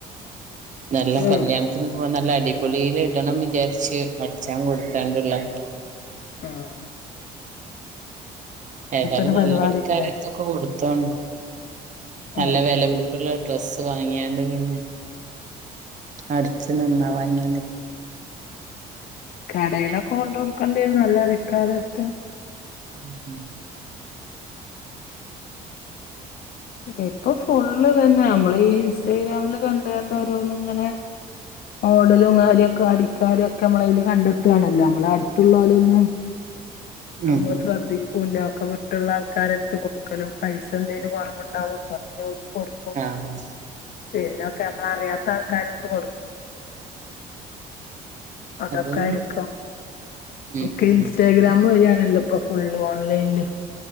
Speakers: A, on the right; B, on the left.
A: നല്ല കല്യാണത്തിന്
B: ഉം
A: പ്പൊ നല്ല അടിപൊളില് ടണം വിചാരിച്ച് അടിച്ചാൻ കൊട്ത്താണ്ട്ള്ള
B: ആഹ്
A: ഏതായാലും
B: ഒരു
A: നല്ല
B: പരിപാടിക്കണേ
A: അടിക്കാരെട്തും കൊട്ത്തോ നല്ല
B: ഉം
A: വെല പിടി പ്പ്ള്ള ഡ്രസ്സ് വാങ്ങിയാണ്ട് പിന്നെ അടിച്ച് നന്നാവാഞ്ഞാല്
B: കടെലൊക്കെ കൊണ്ടോട്ക്കെണ്ടിയരും നല്ല അടിക്കാരട്ത്.
A: ഉം
B: ഇപ്പൊ ഫുള്ള് ഇതന്നെ നമ്മള് ഈ ഇൻസ്റ്റാഗ്രാമില് കണ്ട്കണ്ട് ഓരോന്ന് ങ്ങനെ മോടലും കാര്യൊക്കെ അടിക്കാരൊക്കെ നമ്മളയില് കണ്ടെത്താണല്ലോ നമ്മളെ അട് ത്ത്ല്ലോലൊന്നും
A: ഉം
B: അമ്മള് ശ്രദ്ധിക്കുല്ല ഒക്കെ വി ട്ട്ള്ള ആൾക്കാരെട്ത്ത് കൊട്ക്കെലും പൈസ ന്തെലും കൊറവ്ണ്ടാവും <unintelligible> കൊട്ക്കും
A: ആഹ്
B: പിന്നൊക്കെ നമ്മളറിയാത്ത ആൾക്കാരട്ത്ത് കൊട് അതൊക്കായിരിക്കും
A: അതന്നെ ഉം
B: ഒക്കെ
A: ഉം
B: ഇൻസ്റ്റാഗ്രാമ് വഴി ആണല്ലോ ഇപ്പൊ ഫുള്ള് ഓൺലൈൻല്